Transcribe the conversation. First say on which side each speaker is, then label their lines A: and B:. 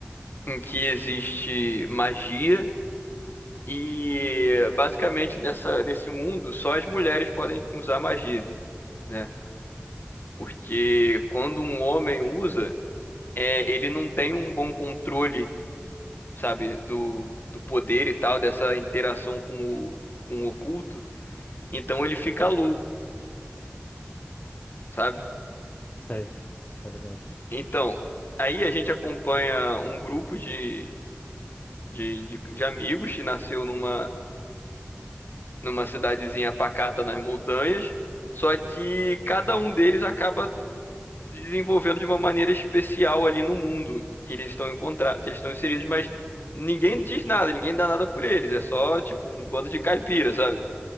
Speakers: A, on the left; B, on the left.
A: Em que existe magia E basicamente nessa, nesse mundo só as mulheres podem usar magia, né? Porque quando um homem usa, é, ele não tem um bom controle, sabe, do, do poder e tal, dessa interação com o, com o oculto. Então ele fica louco, sabe?
B: Sei, tô ligado.
A: Então, aí a gente acompanha um grupo de, de, de, de amigos que nasceu numa, numa cidadezinha pacata nas montanhas. Só que cada um deles acaba se desenvolvendo de uma maneira especial ali no mundo que eles estão encontrados, eles estão inseridos, mas ninguém diz nada, ninguém dá nada por eles, é só tipo um bando de caipira, sabe?